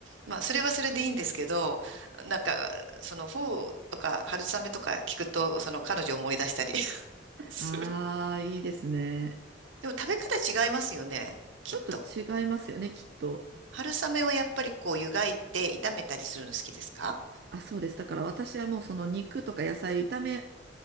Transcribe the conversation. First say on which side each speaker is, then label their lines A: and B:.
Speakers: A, on the right; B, on the right.
A: まあ、それはそれでいいんですけど、なんか、その、フォーとか春雨とか聞くと、その彼女を思い出したり <laughs> する。
B: ああ、いいですね。
A: でも食べ方違いますよね。きっと。
B: ちょっと違いますよね、きっと。
A: 春雨はやっぱりこう湯がいて炒めたりするの好きですか
B: あ、そうです。だから私はもうその肉とか野菜炒め